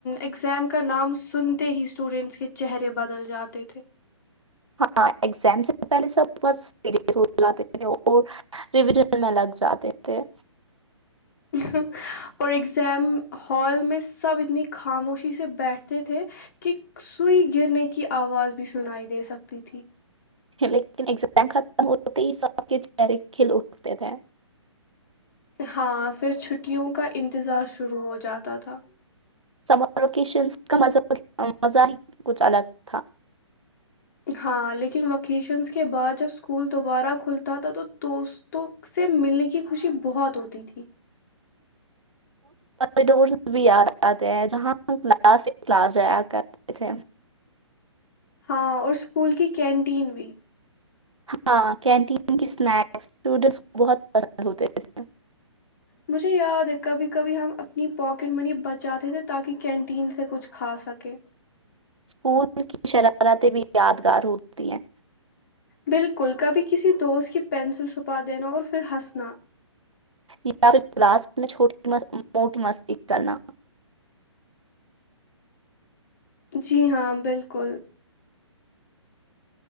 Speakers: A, on the left; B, on the right.
A: اگزام کا نام سنتے ہی اسٹوڈینٹس کے چہرے بدل جاتے تھے
B: ہاں ایگزام سے پہلے سب بس سیریس ہو جاتے تھے اور ریویژن میں لگ جاتے تھے
A: اور ایگزام ہال میں سب اتنی خاموشی سے بیٹھتے تھے کہ سوئی گرنے کی آواز بھی سنائی دے سکتی تھی
B: لیکن ایگزام ختم ہوتے ہی سب کے چہرے کھل اٹتے تھے
A: ہاں پھر چھٹیوں کا انتظار شروع ہو جاتا تھا
B: سمر ووکیشنز کا مزہ ہی کچھ الگ تھا
A: ہاں لیکن وکیشنس کے بعد جب اسکول دوبارہ کھلتا تھا تو دوستوں سے ملنے کی خوشی بہت ہوتی تھی
B: کوریڈورس بھی آ جاتے ہیں جہاں ہم کلاس ہی کلاس جایا کرتے تھے
A: ہاں اور اسکول کی کینٹین بھی
B: ہاں کینٹین کی اسنیکس اسٹوڈینٹس کو بہت پسند ہوتے تھے
A: مجھے یاد ہے کبھی کبھی ہم اپنی پاکٹ منی بچاتے تھے تاکہ کینٹین سے کچھ کھا سکیں
B: اسکول کی شرارتیں بھی یادگار ہوتی ہیں
A: بالکل کبھی کسی دوست کی پینسل چھپا دینا اور پھر ہنسنا
B: یا پھر کلاس میں چھوٹی موٹی مستی کرنا
A: جی ہاں بالکل